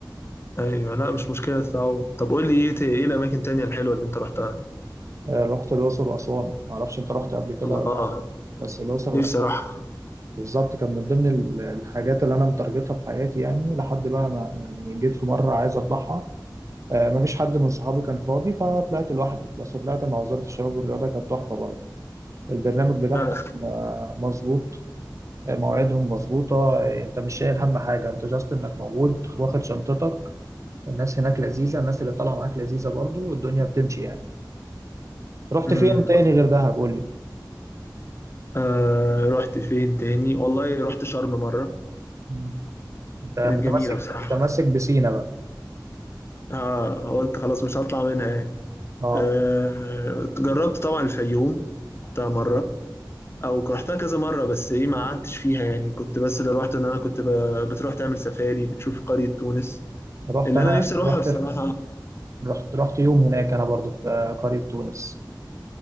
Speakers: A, on the left; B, on the right.
A: ايوه لا مش مشكلة تتعود طب قول لي ايه ايه الاماكن التانية الحلوة اللي انت رحتها
B: آه، رحت الاقصر واسوان ما اعرفش انت رحت قبل كده
A: الله
B: ولا لا بس الاقصر واسوان
A: نفسي اروحها
B: بالظبط كان من ضمن ال- الحاجات اللي انا مترجتها في حياتي يعني لحد بقى ما يعني جيت في مره عايز اطلعها آه، مفيش حد من صحابي كان فاضي فطلعت لوحدي بس طلعت مع وزارة الشباب والرياضة كانت تحفة برضه البرنامج بتاعهم
A: فعلا
B: آه، مظبوط آه، مواعيدهم مظبوطة آه، انت مش شايل هم حاجة انت جاست انك موجود واخد شنطتك الناس هناك لذيذة الناس اللي طالعة معاك لذيذة برضه الدنيا بتمشي يعني رحت
A: مم.
B: فين تاني غير دهب قول لي
A: آه رحت فين تاني والله رحت شرم مرة
B: مم. انت متمسك
A: كانت جميلة بصراحة
B: متمسك بسينا بقى
A: آه قلت خلاص مش هطلع منها يعني
B: اه
A: آه جربت طبعا الفيوم رحتها مرة أو رحتها كذا مرة بس إيه ما قعدتش فيها يعني كنت بس اللي رحت إن أنا كنت ب- بتروح تعمل سفاري بتشوف قرية تونس
B: رحت
A: اللي
B: انا
A: أنا نفسي أروحها
B: رحت
A: بصراحة
B: رحت رحت يوم هناك انا برضه في آه، قرية تونس